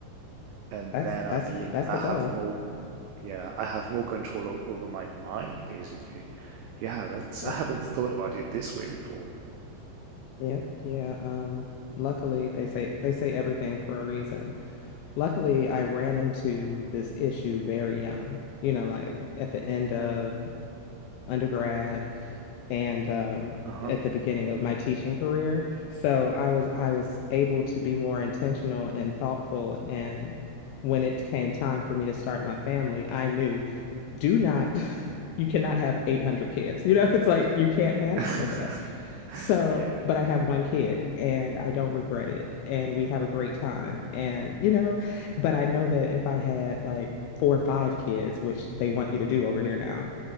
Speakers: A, on the right; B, on the left.
A: and
B: That's
A: then I'll
B: that's
A: be
B: that's
A: I
B: the
A: have
B: goal.
A: more yeah I have more control o- over my mind basically. Yeah, that's
B: Yep.
A: I haven't thought about it this way before.
B: Yep. Yeah. Um, luckily they say they say everything for a reason. Luckily, I ran into this issue very young, you know, like at the end of undergrad and um
A: Uh huh.
B: at the beginning of my teaching career. So I was I was able to be more intentional and thoughtful and when it came time for me to start my family, I knew do not <laughs> you cannot have 800 kids you know <laughs> it's like you can't handle
A: <laughs>
B: that so
A: Yeah,
B: but i have one kid and i don't regret it and we have a great time and you know but i know that if i had like four or five kids which they want you to do over here now